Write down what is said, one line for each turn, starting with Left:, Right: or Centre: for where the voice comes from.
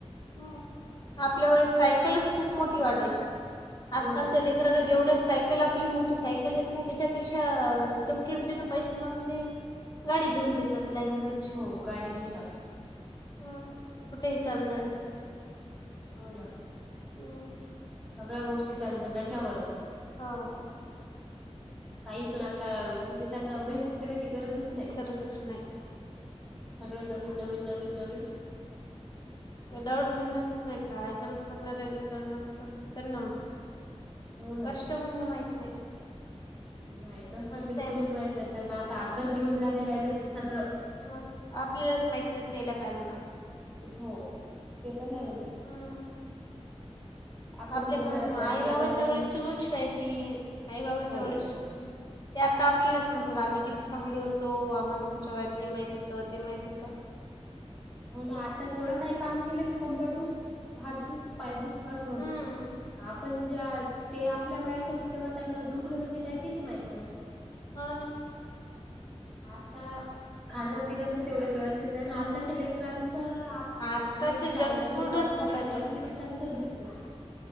Left: ह आपल्या व सायकलच खूप मोठी वाटायची
Centre: हो
Left: आजकालच्या
Centre: ना
Left: लेकरांला जेवढ्या सायकल आपली मोठी सायकल येत ना त्याच्यापेक्षा दुपटीुपटीन पैसा लावून ते गाडी घेऊन देतात लाईनी वरची
Centre: हो गाडी घेतात
Left: हम कुठेही चालणार
Centre: हो ना
Left: हम्
Centre: सगळ्या गोष्टी त्यांच त्याच्यावरच
Left: हो
Centre: काही पण आता म्हणजे त्यांना मेहनत करायची गरजच
Left: गरज दिवस नाही
Centre: सगळ नवीन नवीन नवीन नवीन
Left: विदाऊट मेहनतच आहे कायकच कोडणार्यालीकर असत त्यां
Centre: हो ना
Left: कष्ट म्हणजे माहित नाही
Centre: नाही कष्ट
Left: मस्त
Centre: बिलकुलच
Left: आहे म्हणा
Centre: माहित नाही त्यांना आता आदर जीवन झालेलं आहे त्यांचं सगळं.
Left: मस् आपल्यास माहिती नाही तेला काय म्हणाव?
Centre: हो ते पण आहे म्हणा.
Left: हम्म
Centre: आपण
Left: आपल्या
Centre: पण
Left: मग
Centre: करत नाही
Left: आई
Centre: आपल्या
Left: बाबाच्या
Centre: अवस्था पण
Left: वेळेसची
Centre: होत
Left: गोष्ट आहे ती आई बाबाच्या
Centre: हो
Left: वेळेसची. ते आता आपल्यालाच म्हणतात आम्ही किती चांगले होतो आम्हाला तुमच्या वेळेस हे माहित होत ते माहित होत.
Centre: हो ना आता थोडं काही काम केलं की कंबर दुख, हात दुख, पाय दुख, अस होते.
Left: हम्म
Centre: पण ज्या ते आपल्या वयात होते तेव्हा त्यांना दुखंन म्हणजे काय तेच माहित नव्हतं.
Left: हा ना.
Centre: आता खाणं पिणं पण तेवढं व्यवस्थित नाही आताच्या
Left: हम्म
Centre: लेकरांचं
Left: आताचे
Centre: मग चार
Left: जंक
Centre: वर्षाचे
Left: फूडच
Centre: पाच वर्षाचे
Left: खातात
Centre: असले
Left: जास्त
Centre: की त्यांच दुखते.